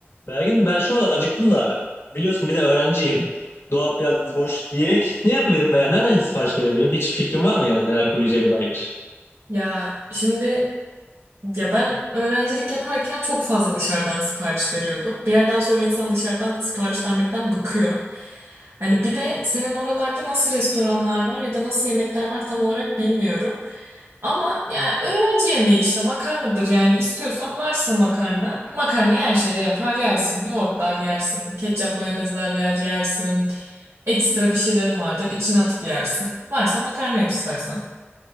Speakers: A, on the left; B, on the right.
A: Belgin ben şu aralar acıktım da biliyorsun bir de öğrenciyim. <laughs> Dolap biraz boş. Yemek ne yapabilirim veya nereden sipariş verebilirim? Hiç fikrin var mı yani neler yapabileceğime dair?
B: Ya şimdi ya ben öğrencilik yaparken çok fazla dışarıdan sipariş veriyordum. Bir yerden sonra insan dışarıdan sipariş vermekten bıkıyor. Hani bir de senin oralarda nasıl restoranlar var ya da nasıl yemekler var tam olarak bilmiyorum. Ama ya öğrenci yemeği işte makarnadır yani istiyorsan varsa makarna, makarnayı her şeyle yapar yersin. Yoğurtlar yersin, ketçap mayonezler yer yersin. Ekstra bir şeylerin vardır içine atıp yersin. Varsa makarna yap istersen.